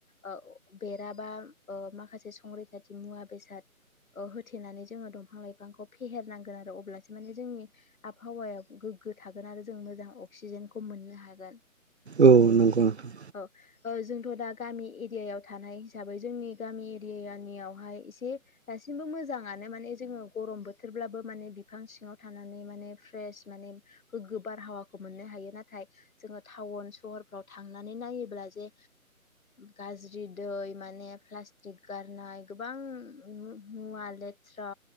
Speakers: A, on the left; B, on the right.
A: ओ बेरा बा ओ माखासे संरैखाथि मुवा बेसाद ओ होथेनानै जोङो दंफां लाइफांखौ फेहेरनांगोन आरो अब्लासो माने जोंनि आबहावाया गो ग्गो थागोन आरो जों मोजां अक्सिजेनखौ मोननो हागोन।
B: औ नंगौ नोंथां।
A: औ जोंथ' दा गामि एरियायाव थानाय हिसाबै जोंनि गामि एरियानियावहाय एसे दासिमबो मोजाङानो माने जोङो गरम बोथोरब्लाबो बिफां सिङाव थानानै माने फ्रेस माने गोगो बार मोनो। बारहावाखौ मोननो हायो नाथाय जोङो टाउन सहरफ्राव थांनानै नायोब्ला जे गाज्रि दै माने प्लास्टिक गारनाय गोबां मुवा ल थ्रा